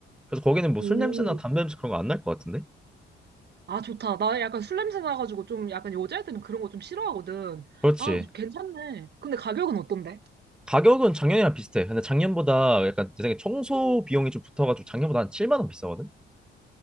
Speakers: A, in the centre; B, on the right.
A: 그래서 거기는 뭐
B: 오.
A: 술 냄새나 담배 냄새 그런 거 안 날 것 같은데?
B: 아, 좋다. 나 약간 술 냄새 나가지고 좀 약간 여자애들은 그런 거 좀 싫어하거든.
A: 그렇지.
B: 아, 괜찮네. 근데 가격은 어떤데?
A: 가격은 작년이랑 비슷해. 근데 작년보다 약간 내 생각에 청소 비용이 좀 붙어가지고 작년보다 한 7만 원 비싸거든.